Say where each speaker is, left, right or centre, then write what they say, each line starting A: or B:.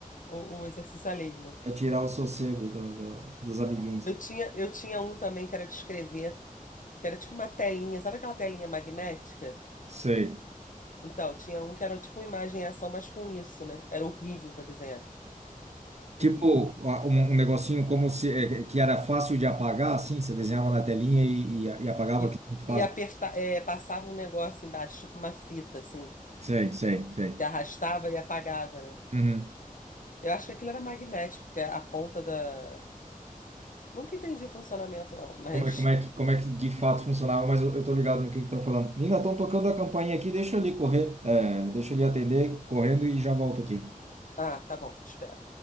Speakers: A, on the left; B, on the right.
A: o, o exercício alheio, né?
B: É tirar o sossego do- do- dos amiguinhos.
A: Eu tinha, eu tinha um também que era de escrever, que era tipo uma telinha, sabe aquela telinha magnética?
B: Sei.
A: Então, tinha um que era tipo uma imagem e ação, mas com isso, né? Era horrível pra desenhar.
B: Tipo,
A: Horrível.
B: a- um, um negocinho como se é, é, que era fácil de apagar, assim, você desenhava na telinha e, e, e apagava,
A: E,
B: que é muito fácil.
A: e aperta, é, passava um negócio embaixo, tipo uma fita, assim,
B: Sei, sei, sei.
A: que arrastava e apagava, né?
B: Uhum.
A: Eu acho que aquilo era magnético, porque a ponta da Nunca entendi o funcionamento, não, mas.
B: Como é, como é que, como é que de fato funcionava, mas eu, eu tô ligado no que que tá falando. Nina, estão tocando a campainha aqui, deixa eu ali correr. É, deixa eu ali atender, correndo e já volto aqui.
A: Ah, tá bom, te espero.